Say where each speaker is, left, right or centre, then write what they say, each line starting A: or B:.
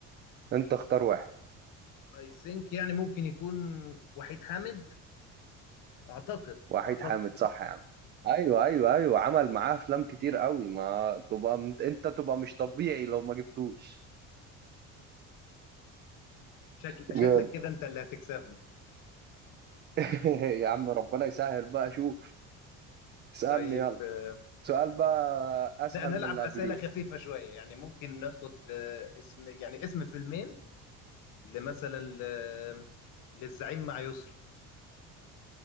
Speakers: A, on the right; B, on the left.
A: انت اختار واحد
B: اي ثينك يعني ممكن يكون وحيد حامد اعتقد
A: وحيد
B: اعتقد
A: حامد صح يا عم ايوه ايوه ايوه عمل معاه افلام كتير قوي ما تبقى انت تبقى مش طبيعي لو ما جبتوش
B: شكل
A: جامد.
B: شكلك كده انت اللي هتكسبني
A: <laughs> يا عم ربنا يسهل بقى شوف اسألني
B: طيب
A: يلا
B: آه،
A: سؤال بقى اسهل
B: لا نلعب
A: من اللي
B: اسئله
A: قبليه
B: خفيفه شويه يعني ممكن ناخد آه، اسم يعني اسم فيلمين لمثلا ل- للزعيم مع يسرا